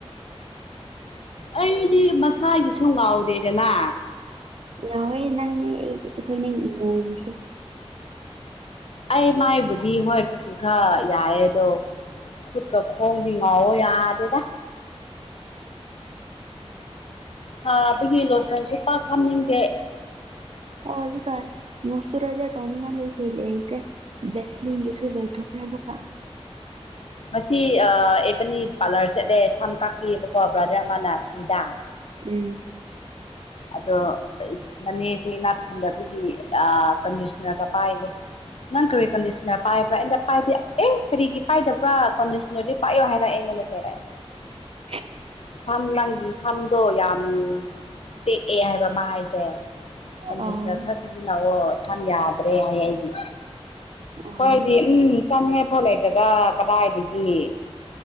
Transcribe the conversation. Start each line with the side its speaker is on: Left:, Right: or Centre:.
Left: ꯑꯩꯗꯤ ꯃꯁꯥꯒꯤꯁꯨ ꯉꯥꯎꯗꯦꯗꯅ
Right: ꯉꯧꯑꯦ ꯅꯪꯗꯤ ꯑꯩꯗꯤ ꯑꯩꯈꯣꯏꯅꯦ ꯃꯨꯔꯤꯁꯦ
Left: ꯑꯩ ꯃꯥꯏꯕꯨꯗꯤ ꯍꯣꯏ ꯀꯨꯆꯨ ꯈꯔ ꯌꯥꯑꯦ ꯑꯗꯣ ꯈꯨꯠꯀ ꯈꯣꯡꯗꯤ ꯉꯥꯎꯑꯣ ꯌꯥꯗꯦꯗ ꯁꯥꯕꯒꯤ ꯂꯣꯁꯟꯁꯨ ꯄꯥꯛ ꯍꯥꯞꯅꯤꯡꯗꯦ
Right: ꯑꯣ ꯍꯧꯖꯤꯛꯀꯥꯟ ꯃꯣꯏꯁꯨꯔꯥꯏꯖꯔ ꯇꯧꯅꯤꯉꯥꯏ ꯁꯨ ꯂꯩꯇꯦ ꯚꯦꯁꯤꯂꯤꯟꯒꯤꯁꯨ ꯂꯣꯏꯊꯣꯛꯈ꯭ꯔꯦ ꯑꯃꯨꯛꯀꯥ
Left: ꯉꯁꯤ ꯑ ꯏꯕꯥꯅꯤ ꯄꯥꯔꯂꯔ ꯆꯠꯂꯦ ꯁꯝ ꯀꯥꯄꯤꯌꯦꯕꯀꯣ ꯕ꯭ꯔꯥꯗꯔ ꯑꯃꯅ ꯐ꯭ꯔꯤꯗꯥ
Right: ꯎꯝ
Left: ꯑꯗꯣ ꯑꯁ ꯃꯅꯦꯁꯦ ꯏꯅꯥꯛ ꯈꯨꯟꯗꯕꯒꯤ ꯑ ꯀꯟꯗꯤꯁꯅꯔꯒ ꯄꯥꯏꯗꯦ ꯅꯪ ꯀꯔꯤ ꯀꯟꯗꯤꯁꯅꯔ ꯄꯥꯏꯕ꯭ꯔꯥ ꯑꯩꯅ ꯄꯥꯏꯗꯦ ꯑꯦ ꯀꯔꯤꯒꯤ ꯄꯥꯏꯗꯕ꯭ꯔꯥ ꯀꯟꯗꯤꯁꯅꯔꯗꯤ ꯄꯥꯏꯌꯣ ꯍꯥꯏꯔ ꯑꯩꯉꯣꯟꯗ ꯆꯩꯔꯛꯑꯦ
Right: <inaudible>
Left: ꯁꯝ ꯅꯪꯒꯤ ꯁꯝꯗꯣ ꯌꯥꯝ ꯇꯦꯛꯑꯦ ꯍꯥꯏꯕ ꯃꯥ ꯍꯥꯏꯁꯦ ꯀꯟꯗꯤꯁꯅꯔ
Right: ꯑꯥ
Left: ꯈꯔ ꯁꯤꯖꯤꯟꯅꯑꯣ ꯁꯝ ꯌꯥꯗ꯭ꯔꯦ ꯍꯥꯏ ꯑꯩꯒꯤ
Right: ꯑꯥ
Left: ꯈꯣꯏꯗꯤ ꯎꯝ ꯆꯥꯅꯤꯡꯉꯥꯏ ꯄꯥꯎꯠ ꯂꯩꯇ꯭ꯔꯒ ꯀꯗꯥꯏꯗꯒꯤ